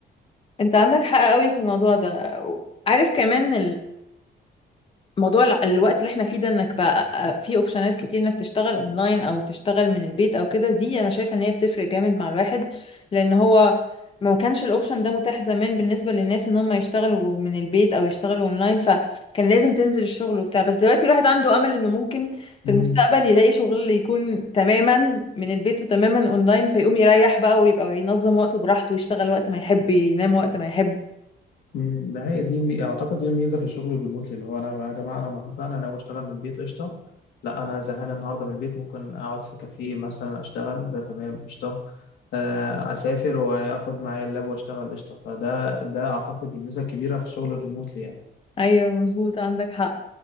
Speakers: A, on the left (about 30°); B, on the left (about 85°).
A: انت عندك حق قوي في الموضوع ده عارف كمان موضوع ال- الوقت اللي احنا فيه ده انك بقى آه، في اوبشنات كتير انك تشتغل اونلاين او تشتغل من البيت او كده دي انا شايفه ان هي بتفرق جامد مع الواحد لان هو ما كانش الاوبشن ده متاح زمان بالنسبه للناس ان هم يشتغلوا من البيت او يشتغلوا اونلاين فكان لازم تنزل الشغل وبتاع بس دلوقتي الواحد عنده امل انه ممكن
B: مم.
A: في المستقبل يلاقي شغل يكون تماما من البيت وتماما اونلاين فيقوم يريح بقى ويبقى ينظم وقته براحته يشتغل وقت ما يحب ينام وقت ما يحب
B: مم، ده هي دي مي- اعتقد دي الميزه في الشغل الريموتلي اللي هو انا يا جماعه انا النهارده انا ناوي اشتغل من البيت قشطه لا انا زهقان النهارده من البيت ممكن اقعد في كافيه مثلا اشتغل ده تمام قشطه آه، اسافر واخد معايا اللاب واشتغل قشطه فده ده اعتقد الميزه الكبيره في الشغل الريموتلي يعني
A: ايوه مظبوط عندك حق